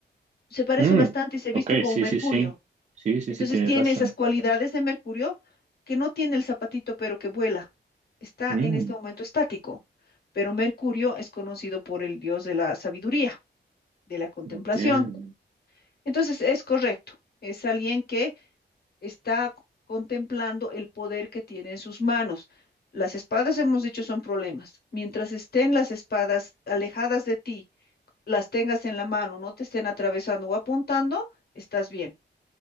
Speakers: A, on the left (about 60°); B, on the right (about 40°).
A: se parece
B: Mm,
A: bastante y se
B: ok,
A: viste como
B: sí,
A: Mercurio.
B: sí, sí. Sí, sí,
A: Entonces
B: sí, tienes
A: tiene
B: razón.
A: esas cualidades de Mercurio que no tiene el zapatito, pero que vuela. Está
B: Mm,
A: en este momento estático, pero Mercurio es conocido por el dios de la sabiduría, de la contemplación.
B: entiendo.
A: Entonces es correcto, es alguien que está contemplando el poder que tiene en sus manos. Las espadas, hemos dicho, son problemas. Mientras estén las espadas alejadas de ti, las tengas en la mano, no te estén atravesando o apuntando, estás bien.